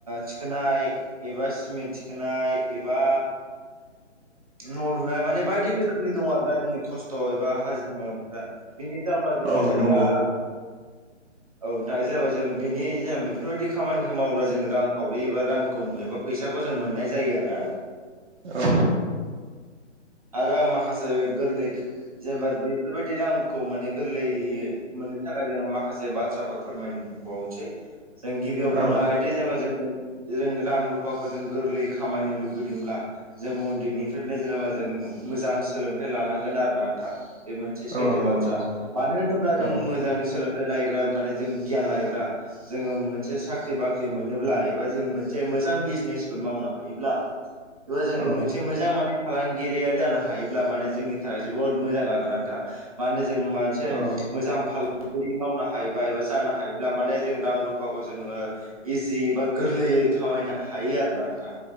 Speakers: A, on the right; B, on the right.
A: थिखोनाय एबा सिमेन्ट थिखोनाय एबा न' लुनाय माने बायदि रोखोमनि दङ आरो ना जोंनि खस्थ' एबा हाजिरा मावनायफ्रा बिनि जाउ फाजिनो
B: औ
A: जेनेबा
B: नंगौ
A: औ दा जेनेबा जोङो बिनि जेन बेफोरबायदि खामानिखौ मावोब्ला जों रांखावरि एबा रांखौ एबा फैसा खौ जों मोननाय जायो आरोना
B: औ
A: आरो आं माखासे गोरलै जेनेबा बेफोरबायदि रांखौ माने गोरलैयै मोननो थाखाय जोङो माखा खासे बाथ्राफोर फोरमायबावनोसै जों गिबियाव बुंनो
B: औ
A: हायोदि जेनेबा जोंखौ जों रां रुफाखौ जों गोरलै खामायनो लुगैदोंब्ला जों उन्दैनिफ्रायनो जेनेबा जों मोजां सोलोंथाइ लानांगोन आरोना नोंथां बे मोनसे सैथो
B: औ नंगौ
A: बाथ्रा
B: नंगौ
A: मानो होनोब्ला जों
B: औ
A: मोजां सोलों थाय लायोब्ला माने जों गियान लायोब्ला जोङो मोनसे साख्रि बाख्रि मोनोब्ला एबा जों मोनसे मोजां बिजनेसफोर मावनो हायोब्ला बेबो जों
B: औ
A: मोनसे मोजां माने फालांगिरियारि जानो हायोब्ला माने जोंनि थाखाय जोबोद मोजां आरो ना नोंथां मानो जों मानसे
B: औ
A: मोजां फाल जुदि मावनो हायोबा एबा जानो हायोब्ला माने जों रां रुफाखौ जोङो इजि ए बा गोरलैयै खामायनो हायो आरोना नोंथां।